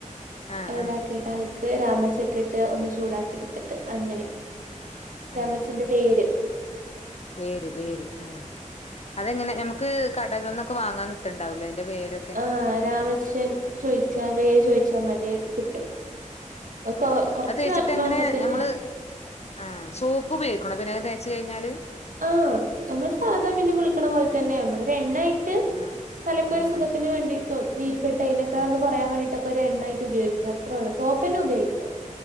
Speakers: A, on the left (about 50°); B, on the right (about 80°).
A: ആഹ്
B: അത്
A: ആഹ്
B: ഇതാക്കിയിട്ടാണ് രാമച്ചട്ടിട്ട് ഒന്ന് ചൂടാക്കി എടുത്തിട്ട് അങ്ങനെ.
A: ആഹ്
B: രാമച്ചന്റെ വേര്.
A: വേര് വേര് ആഹ്. അതെങ്ങനെ നമക്ക് കടകൾന്നൊക്കെ വാങ്ങാൻ കിട്ട്ണ്ടാവുലേ അയ്ന്റെ വേരൊ
B: ആഹ് രാമച്ഛൻ ചോയ്ച്ചാ വേര് ചോയ്ച്ചാ മതി കിട്ടും. കൊ കൊറച്ച്
A: അത് തേച്ചിട്ടെങ്ങനെ
B: വാങ്ങിയ തന്നെ
A: ഞമ്മള് ആഹ് സോപ്പുപയോഗിക്കണോ പിന്നെ അത് തേച്ച് കഴിഞ്ഞാല്?
B: ആഹ്, നമ്മള് സാധാ പിന്നെ കുളിക്ക്ണെ പോലെ ത്തന്നെ നമ്മളൊര് എണ്ണയായിട്ട്
A: ആഹ്
B: തലക്കൊര്
A: ആഹ്
B: സുഖത്തിന് വേണ്ടിയിട്ടും, നീര് കെട്ട് അയ്നൊക്കെ
A: ആഹ്
B: ഒന്ന് കൊറയാൻ വേണ്ടീട്ടൊ ഒര് എണ്ണായിട്ട് ഉപയോഗിക്ക അത്രൊള്ളു. സോപ്പെന്നെ ഉപയോഗിക്ക.